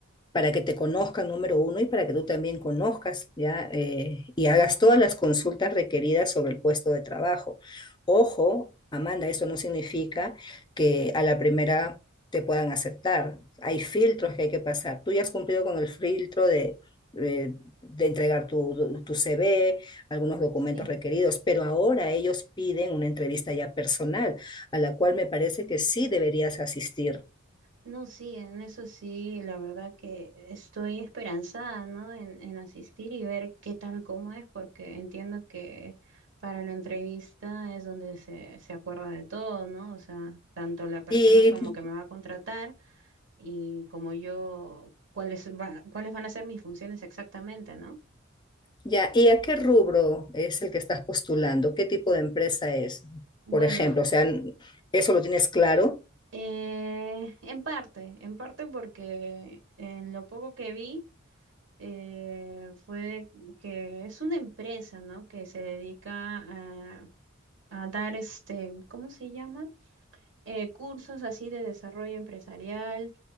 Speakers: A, on the left (about 20°); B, on the right (about 65°).
A: para que te conozcan, número uno, y para que tú también conozcas, ¿ya? Eh, y hagas todas las consultas requeridas sobre el puesto de trabajo. Ojo, Amanda, eso no significa que a la primera te puedan aceptar. Hay filtros que hay que pasar. Tú ya has cumplido con el filtro de, de, de entregar tu, tu CV, algunos documentos
B: Sí,
A: requeridos, pero ahora ellos piden una entrevista ya personal, a la cual me parece que sí deberías asistir.
B: no, sí, en eso sí, la verdad que estoy esperanzada, ¿no? En, en asistir y ver qué tal, cómo es, porque entiendo que para la entrevista es donde se, se acuerda de todo, ¿no? O sea, tanto la persona
A: Y
B: como que me va a contratar y como yo, cuáles, va- cuáles van a ser mis funciones exactamente, ¿no?
A: Ya, ¿y a qué rubro es el que estás postulando? ¿Qué tipo de empresa es,
B: Bueno,
A: por ejemplo? O sea, ¿eso lo tienes claro?
B: eh, en parte, en parte porque en lo poco que vi... eh, fue que es una empresa, ¿no? Que se dedica a, a dar este, ¿cómo se llama? eh, cursos así de desarrollo empresarial,